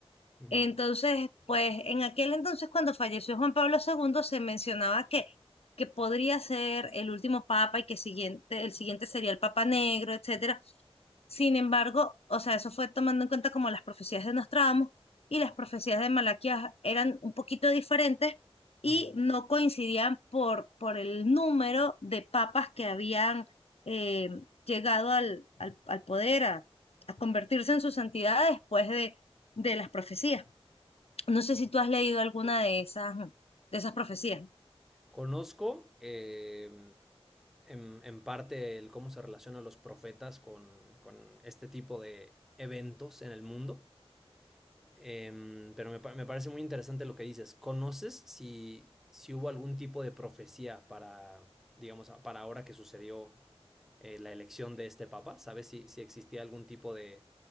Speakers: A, in the centre; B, on the left (about 70°).
A: ujú,
B: Entonces, pues en aquel entonces, cuando falleció Juan Pablo II, se mencionaba que, que podría ser el último papa y que siguiente, el siguiente sería el papa negro, etcétera. Sin embargo, o sea, eso fue tomando en cuenta como las profecías de Nostradamus y las profecías de Malaquías eran un poquito diferentes y
A: ujú.
B: no coincidían por, por el número de papas que habían eh, llegado al, al, al poder, a, a convertirse en su santidad después de de las profecías. No sé si tú has leído alguna de esas, de esas profecías.
A: Conozco em, en, en parte el cómo se relacionan los profetas con, con este tipo de eventos en el mundo. Em, pero me, pa- me parece muy interesante lo que dices. ¿Conoces si, si hubo algún tipo de profecía para, digamos, a- para ahora que sucedió eh, la elección de este papa? ¿Sabes si, si existía algún tipo de,